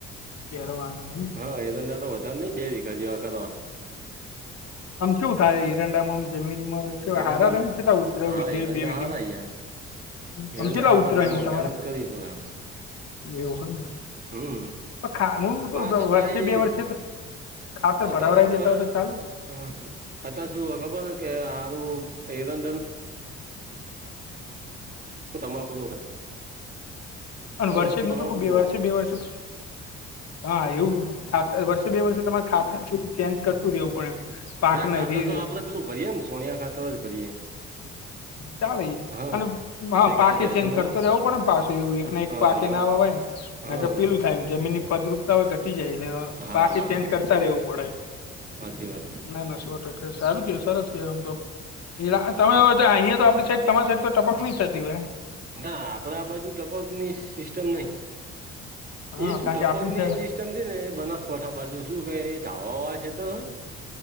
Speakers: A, on the left; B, on the right.
A: પહેરવાના એમ ને
B: હા એ દંડા તો વધ નહી બે વિઘા જેવા કર.
A: આમ શું થાય હિરંડામાંજમીન માં. કેવા
B: હે એરંડા
A: હારા રેય કેટલા ઉતરે
B: હા
A: વિધે
B: એરંડા
A: બે વિધે?
B: હારા યાર
A: હ આમ
B: એરંડા
A: કેટલા
B: હારા
A: ઉતરાયયમ
B: એમાં
A: તમારા?
B: મહેનત કરવી પડે
A: એવું ને.
B: હમ.
A: પણ ખા હું
B: પાશોપહી,
A: તો વર્ષે બે વર્ષે તો ખાતર
B: અતાશું
A: ભરાવરાઈ દેતા
B: હ.
A: હોય તો ચાલે
B: હા અત શું ખબર હ કે આારું એ દંડ તંબાકુ
A: વર્ષે
B: વસ્તી
A: હું
B: તમાકુ
A: તો ક બે
B: બહુ
A: વર્ષે
B: આવે
A: બે વર્ષે
B: <inaudible>
A: હા એવું ખાતર વર્ષે બે વર્ષે તમારે ખાતરું ચેન્જ કરતું રહેેવું પણ એમ. પાકને
B: ના ખાતર
A: રીર
B: તો આપડે પેલું ભરીએે ને સોનિયા ખાતર જ ભરીએે.
A: ચાલે
B: હા
A: અને હ
B: જે
A: પાકે
B: ગાય ફેશનમાં
A: ચેન્જ કરતો રહેેવું પડેમ પાછો એવું એક
B: હા
A: ના એક પાકે નાવાય
B: હા
A: નેગર, પેલું થાયમ જમીનરપ ય ઘટી જાય એટલે
B: હા
A: બાકી ચેન્જ કરતા રહેેવું પડે એમ,
B: સાચી વાત
A: ના ના સો ટકા. સારું કેવાય સરસ કેવાય આમ તો. તમે અહિયાયા તો આપડી સાઈડ તમારી સાઈડ તો ટપક નહી થતી હોય.
B: ના આપડા બાજુ ટપકની સિસ્ટમ નહી,
A: હા
B: એ શું
A: કારણ
B: ટપક
A: કે આપડી
B: ની
A: સાઈડ
B: સિસ્ટ- સમજી ને બનાસકોઠા બાજુ શું કે એ ઢઆ વા વાળા શેતર હોય